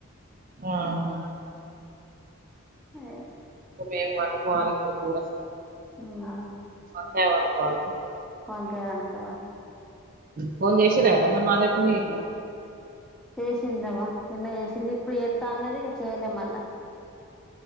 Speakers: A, on the right; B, in the centre.
A: ఆహా
B: అదే
A: మేం వండుకోవాలే ఇప్పుడు కూర
B: అవునా
A: వంకాయ వండుకోవాలి
B: వంకాయ వండుతావ.
A: ఫోన్ చేసిర ఎవరన్నా <unintelligible>
B: చేసింద అవ్వ, నిన్న చేసింది ఇప్పుడు చేస్తా, అన్నది చేయలే మళ్ళ.